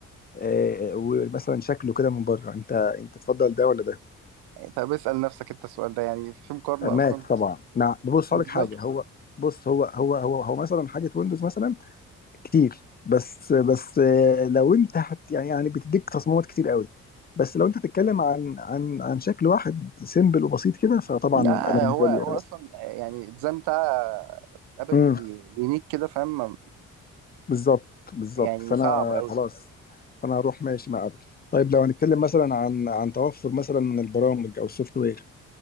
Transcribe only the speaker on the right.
طب اسال نفسك انت السؤال ده يعني في مقارنه
اصلا
بالظبط
لا
هو
هو اصلا آه، يعني الديزاين بتاع ابل
يونيك كده فاهم
يعني
صعب قوي